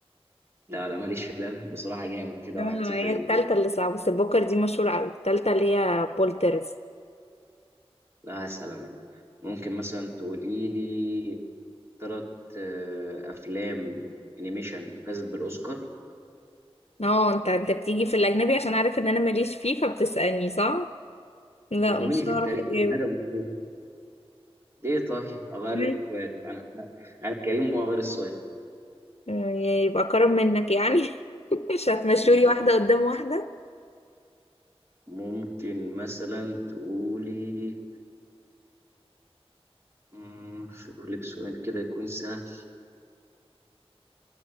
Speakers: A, on the right; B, on the left.
A: لا لا ماليش في الأدب بصراحة جامد كده
B: اه
A: واحد صفر
B: هي
A: ليك
B: التالتة اللي صعبة بس البوكر دي مشهورة أوي التالتة اللي هي بولترز
A: لا هسأل أنا ممكن مثلا تقولي لي تلات آه، أفلام أنيميشن فازت بالأوسكار
B: اه انت انت بتيجي في الأجنبي عشان عارف ان انا ماليش فيه فبتسألني صح؟ لا
A: تزنقني
B: مش
A: في
B: هعرف
A: الطريق
B: اجاوب
A: يا ندى أبو حميد. ايه طيب اغير
B: مم.
A: لك السؤال انا انا أنا كريم واغير السؤال
B: آه، يبقى كرم منك يعني <laughs> مش هتمشولي
A: ماشي.
B: واحدة قدام واحدة
A: ممكن مثلا تقولي مم، شوف لك سؤال كده يكون سهل